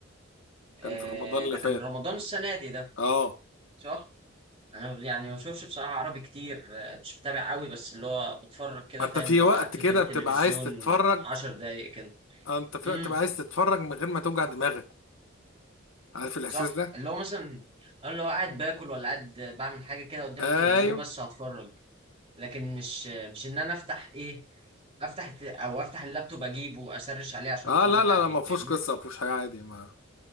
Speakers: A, on the right; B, on the left.
A: آه
B: كان في رمضان اللي
A: ده كان
B: فات
A: رمضان السنه دي ده
B: اه
A: صح انا يعني ما بشوفش بصراحه عربي كتير آه، مش متابع قوي بس اللي هو بتفرج كده
B: انت
A: فاهم
B: في
A: لو
B: وقت
A: قعدت
B: كده
A: قدام التلفزيون
B: بتبقى عايز تتفرج
A: عشر دقايق كده
B: اه انت في
A: امم
B: وقت بقى عايز تتفرج من غير ما توجع دماغك عارف الاحساس
A: صح
B: ده
A: اللي هو مثلا أنا اللي هو قاعد باكل ولا قاعد بعمل حاجه كده قدام
B: ايوه
A: التلفزيون بس هتفرج لكن مش مش ان انا افتح ايه افتح الت- او افتح اللابتوب اجيبه واسرش عليه عشان
B: اه
A: اتفرج
B: لا لا
A: عليه
B: لا ما فيهوش
A: فاهمني
B: قصه ما فيهوش حاجه عادي ما